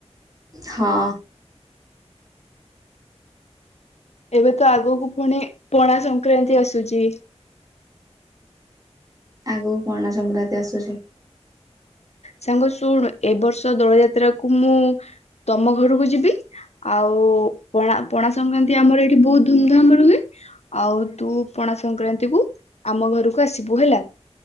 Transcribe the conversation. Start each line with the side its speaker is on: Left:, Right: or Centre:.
Right: ହଁ।
Left: ଏବେ ତ ଆଗକୁ ପୁଣି ପଣା ସଂକ୍ରାନ୍ତି ଆସୁଛି।
Right: ଆଗୁ ପଣା ସଂକ୍ରାନ୍ତି ଆସୁଛି।
Left: ସାଙ୍ଗ ଶୁଣୁ ଏ ବର୍ଷ ଦୋଳ ଯାତ୍ରା କୁ ମୁଁ ତମ ଘରକୁ ଯିବି ଆଉ ପଣା ପଣା ସଂକ୍ରାନ୍ତି ଆମର ଏଇଠି ବହୁତ ଧୁମଧାମ ର ହୁଏ ଆଉ ତୁ ପଣା ସଂକ୍ରାନ୍ତି କୁ ଆମ ଘରକୁ ଆସିବୁ ହେଲା।